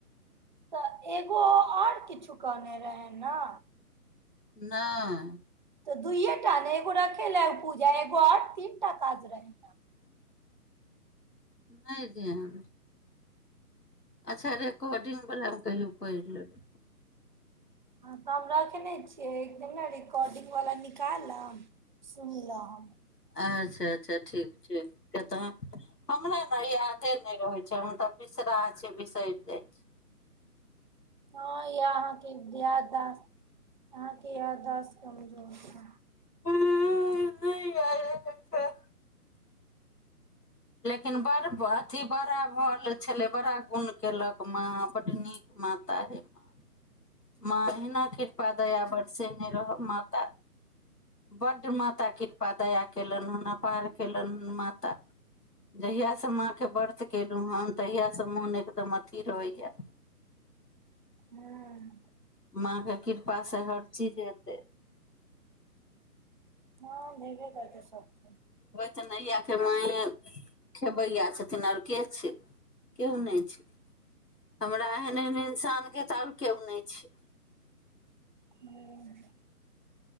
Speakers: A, on the right; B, on the left.
A: तऽ एगो आओर किछु कने रहै ने
B: नहि
A: तऽ दुइएटा ने एगो रखेले पूजा एगो आओर तीन टा काज रहै न
B: नहि ध्यान हइ अच्छा रेकॉर्डिंग वलामे कहियो पढ़ि लेबै
A: हँ तऽ हम रखने छियै एकदिन ने रिकॉर्डिंग वला निकालम सुनिलहम
B: अच्छा अच्छा ठीक ठीक किये तऽ हमरा ने यादे नहि रहै हम तऽ बिसराह छियै बिसरि जाइ छियै
A: हँ येह अहाँके दियाद बाद अहाँके यादाश्त कमजोर छै
B: ओ नहि आइयो मिलतै लेकिन बड़ अथी बड़ा भल छेलै बड़ा गुण केलक माँ बड्ड नीक माता हे माँ माँ अहिन ना कृपा दया बरसेने रहब माता बड्ड माता कृपा पा दया केलनि हन नेपाल के लोक माता जहियासँ माँके व्रत केलहु हन तहिया सँ मोन एकदम अथी रहैये
A: हँ
B: माँके कृपासँ हर चीज एतै
A: हँ हेबे करतै सब चीज
B: त नइया केँ माइ खेबैया छथिन आओर के छै क्यो नहि छै हमरा एहन एहन इंसान केँ सान केओ नहि छै
A: हँ